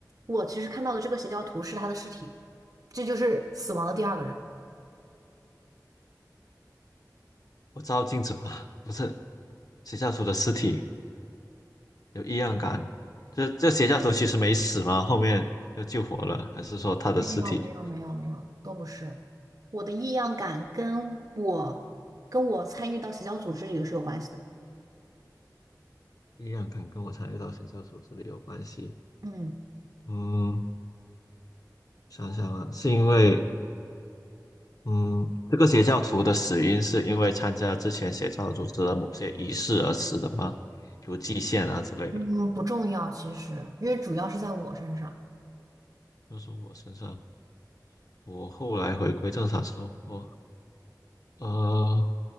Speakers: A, on the right (about 55°); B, on the left (about 55°).
A: 我其实看到的这个邪教徒是他的尸体，这就是死亡的第二个人。
B: 我照镜子吗？<laughs> 不是，邪教徒的尸体有异样感，这这邪教徒其实没死吗？后面又救活了，还是说他的尸体
A: 没有没有没有没有，都不是。我的异样感跟我跟我参与到邪教组织里是有关系的。
B: 异样感跟我参与到邪教徒这里有关系？
A: 嗯
B: 嗯，想想啊，是因为嗯，这个邪教徒的死因是因为参加之前邪教组织的某些仪式而死的吗？如祭献啊之类的。
A: 嗯，不重要其实，因为主要是在我身上。
B: 就是我身上，我后来回归正常生活，呃，